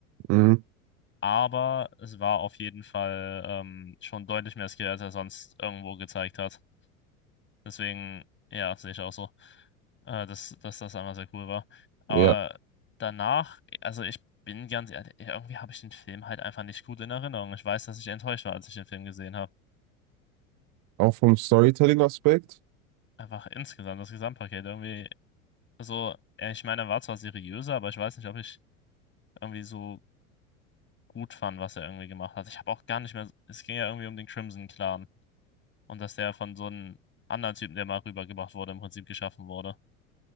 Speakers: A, on the right; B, on the left.
A: Mhm.
B: aber es war auf jeden Fall ähm, schon deutlich mehr Skill, als er sonst irgendwo gezeigt hat. Deswegen, ja, sehe ich auch so, äh, dass, dass das einmal sehr cool war. Aber
A: Ja.
B: danach, also ich bin ganz ehrlich, irgendwie habe ich den Film halt einfach nicht gut in Erinnerung. Ich weiß, dass ich enttäuscht war, als ich den Film gesehen habe.
A: Auch vom Storytelling-Aspekt.
B: Einfach insgesamt, das Gesamtpaket irgendwie so, äh, ich meine, er war zwar seriöser, aber ich weiß nicht, ob ich irgendwie so gut fand, was er irgendwie gemacht hat. Ich habe auch gar nicht mehr, es ging ja irgendwie um den Crimson Clan. Und dass der von so einem anderen Typen, der mal rübergebracht wurde, im Prinzip geschaffen wurde.